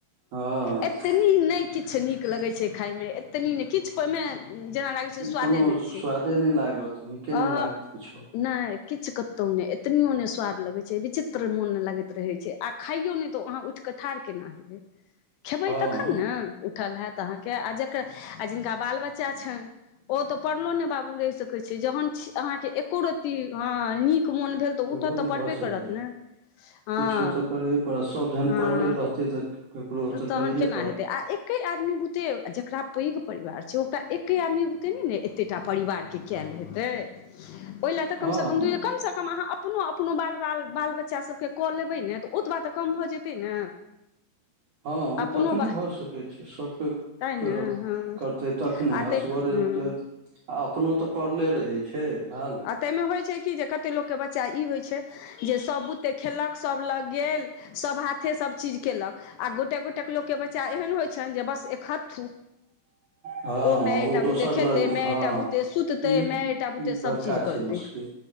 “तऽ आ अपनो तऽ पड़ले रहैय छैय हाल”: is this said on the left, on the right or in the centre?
Right